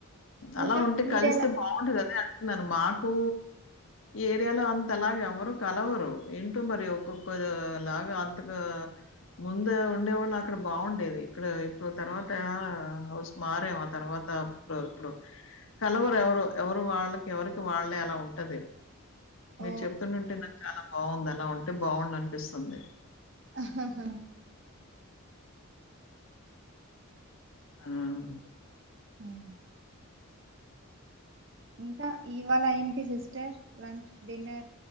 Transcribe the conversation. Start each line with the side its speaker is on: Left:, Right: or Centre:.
Left: అలా
Right: ఇంకా
Left: ఉంటే
Right: మీరెలా
Left: కలిస్తే బాగుంటుది అదే అంటున్నాను మాకు ఈ ఏరియాలో అంతలాగ ఎవ్వరు కలవరు ఏంటో మరి ఒక్కొక్క లాగా అంతగా ముందు ఉండేవాళ్ళు అక్కడ బాగుండేది ఇక్కడ ఇప్పుడు తర్వాత హౌస్ మారాం ఆ తర్వాత ఇప్పుడు కలవరు ఎవరు ఎవరు వాళ్ళకి ఎవరికి వాళ్లేే అలా ఉంటది మీరు
Right: ఓ
Left: చెప్తుంటుంటే నాకు చాలా బాగుంది అలా ఉంటే బాగుండు అనిపిస్తుంది
Right: అహహా
Left: ఉమ్
Right: ఉ ఇంకా ఇవాళ ఏంటి సిస్టర్ లంచ్ డిన్నర్